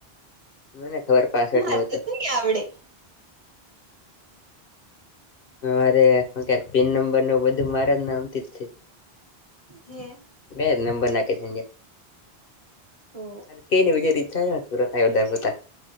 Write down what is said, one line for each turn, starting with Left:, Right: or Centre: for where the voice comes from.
Left: મને ખબર પાસવર્ડને
Right: મારે
Left: બધું
Right: તો આવડે
Left: મારે પિન નંબર ન બધું મારા નામથીજ છે
Right: હે
Left: બે જ નંબર નાખે છેજરે
Right: ઓ
Left: કેનીજ ઈચ્છ પૂરો થાય ઉધર પતા